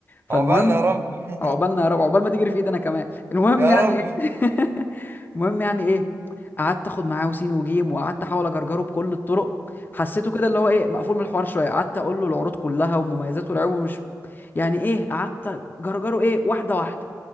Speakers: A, on the left; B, on the right.
A: فالمهم
B: عقبالنا يا رب <laughs>
A: عقبالنا يا رب عقبال ما تجري في ايدي انا كمان المهم
B: يا
A: يعني
B: رب
A: ايه <laughs> المهم يعني ايه قعدت اخد معاه وسين وجيم وقعدت احاول اجرجره بكل الطرق حسيته كده اللي هو ايه مقفول من الحوار شويه قعدت اقول له العروض كلها ومميزات والعيوب ومش يعني ايه قعدت اجرجره ايه واحده واحده